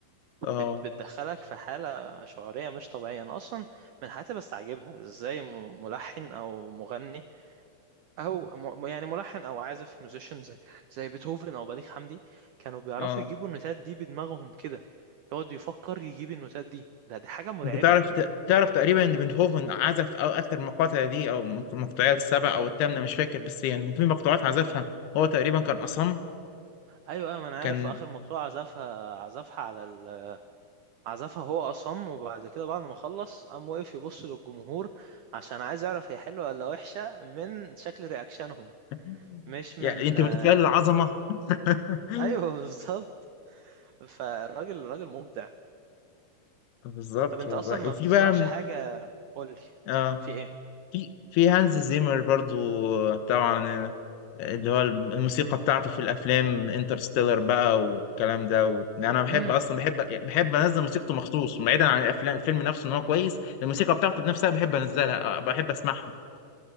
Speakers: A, on the left; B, on the right.
A: اه
B: بت بتدخلك في حاله شعوريه مش طبيعيه انا اصلا من الحاجات اللي بستعجبها ازاي م- ملحن او مغني او م- يعني ملحن او عازف ميوزيشن زي زي بيتهوفن او بليغ حمدي كانوا بيعرفوا
A: اه
B: يجيبوا النوتات دي بدماغهم كده يقعد يفكر يجيب النوتات دي ده دي حاجه مرعبه
A: انت تعرف تعرف تقريبا ان بيتهوفن عزف او اخر مقاطع دي او المقطوعات السبع او الثامنه مش فاكر بس يعني في مقطوعات عزفها هو تقريبا كان اصم
B: ايوه ايوه ما انا
A: كان
B: عارف في اخر مقطوعه عزفها عزفها على ال... عزفها هو اصم وبعد كده بعد ما خلص قام واقف يبص للجمهور عشان عايز يعرف هي حلوه ولا وحشه من شكل رياكشنهم
A: <laughs>
B: مش
A: يعني
B: من
A: انت
B: آه،
A: متخيل العظمه <laughs>
B: ايوه <laughs> بالظبط فالراجل الراجل مبدع
A: بالظبط
B: طب انت
A: والله
B: اصلا ما
A: وفي
B: بتسمعش
A: بقى من-
B: حاجه قولي
A: اه
B: في
A: في في هانز زيمر برضو طبعا اللي هو الموسيقى بتاعته في الافلام انترستيلر بقى والكلام ده و... انا بحب
B: ايه
A: اصلا بحب بحب انزل موسيقته مخصوص بعيدا عن الافلام الفيلم نفسه ان هو كويس الموسيقى بتاعته بنفسها بحب انزلها آه، بحب اسمعها